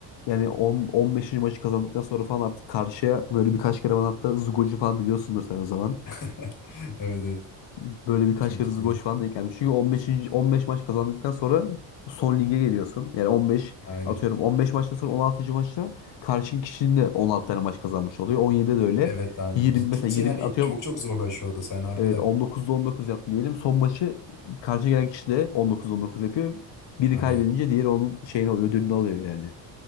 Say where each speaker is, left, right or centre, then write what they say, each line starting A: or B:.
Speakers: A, on the left; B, on the left.
A: yani 10, 15. maçı kazandıktan sonra falan artık karşıya böyle birkaç kere bana hatta Zugo'cu falan biliyorsundur sen o zaman.
B: <laughs> Evet evet.
A: Böyle birkaç
B: Çok
A: kere zgoş
B: iyi.
A: falan denk gelmiş. Çünkü 15. 15 maç kazandıktan sonra son lige geliyorsun. Yani 15
B: Aynen.
A: atıyorum 15 maçtan sonra 16. maçta karşın kişinin de 16 tane maç kazanmış oluyor. 17'de de öyle.
B: Evet yani
A: 20
B: gittikçe
A: mesela 20
B: hani
A: atıyorum
B: çok çok zorlaşıyor o da sen harbiden.
A: evet 19'da 19 yaptı diyelim. Son maçı karşı gelen kişi de 19-19 yapıyor. Biri
B: Aynen.
A: kaybedince diğeri onun şeyini ödülünü alıyor yani.